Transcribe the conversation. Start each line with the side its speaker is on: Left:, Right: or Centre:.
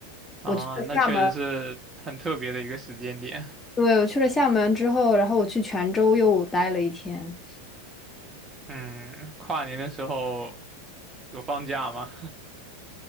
Right: 啊，
Left: 去了厦门。
Right: 那确实是很特别的一个时间点。
Left: 对，我去了厦门之后，然后我去泉州又待了一天。
Right: 嗯，跨年的时候有放假吗？